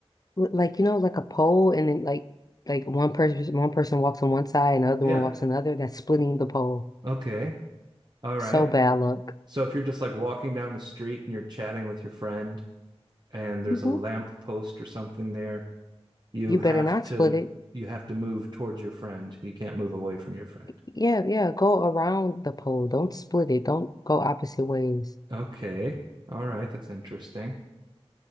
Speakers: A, on the left (about 35°); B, on the right (about 45°).
A: Like, you know, like a pole and then like like one person one person walks on one side and the other
B: Yeah.
A: one walks on the other. That's splitting the pole.
B: Okay. All right.
A: So bad luck.
B: So if you're just like walking down the street and you're chatting with your friend and there's
A: hmm
B: a lamp post or something there, you
A: You
B: have
A: better not
B: to
A: split it.
B: you have to move towards your friend. You can't move away from your friend.
A: Yeah, yeah, go around the pole. Don't split it. Don't go opposite ways.
B: Okay. All right. That's interesting.